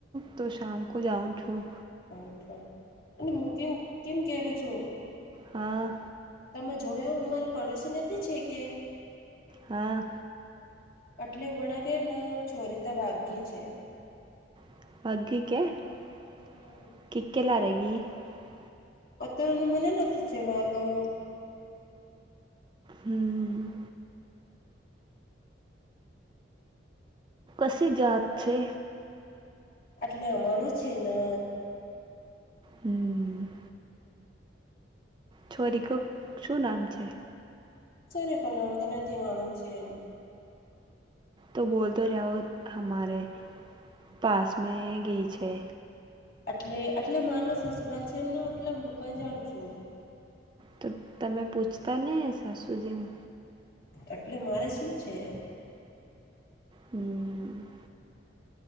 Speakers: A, on the right; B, on the left.
A: તો શામ કો જાઉ છું.
B: અચ્છા, અને હું કેમ કેમ કે છું?
A: હા.
B: તમે જોયો અમારા પડોશી નથી છે કે?
A: હા.
B: એટલે, વણા કે ના છોરી તો વાઘી છે.
A: <unintelligible>
B: હમ અત્યારેનું મને નથી છે માલુમ.
A: હમ. કસી જાત છે.
B: એટલે, અમાણું છે ને
A: હમ. છોરીક શું નામ છે?
B: છેસે કો નામ તેને દેવાનું છે.
A: તો બોલતો જાઓ હમારે પાસ મે ગીછે.
B: એટલે. એટલે, માને સસુરાાલ છે ને એટલે હું કઈ જાણ છું.
A: તો તમે પૂછતા નહી હશો સાસુ જે ને.
B: એટલે મારે શું છે?
A: હમ.